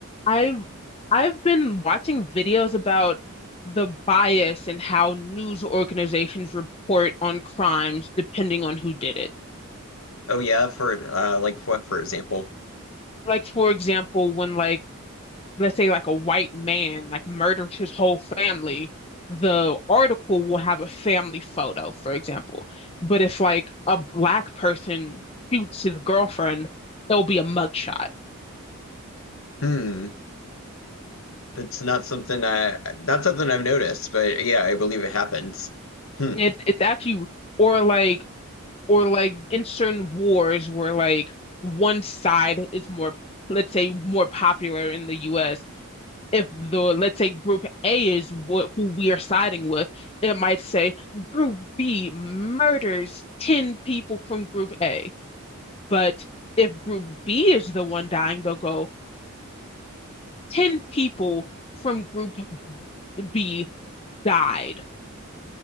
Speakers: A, on the left; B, on the left.
A: I've I've been watching videos about the bias and how news organizations report on crimes depending on who did it.
B: Oh yeah, for uh, like what, for example?
A: Like for example, when like let's say like a white man like murders his whole family, the article will have a family photo, for example. But if like a black person shoots his girlfriend, there'll be a mugshot.
B: Hmm, that's not something I not something I've noticed, but yeah, I believe it happens. Hmm.
A: It's it's actually or like or like in certain wars where like one side is more, let's say, more popular in the US. If the, let's say, group A is what who we are siding with, it might say group B murders 10 people from group A. But if group B is the one dying, they'll go 10 people from group B died.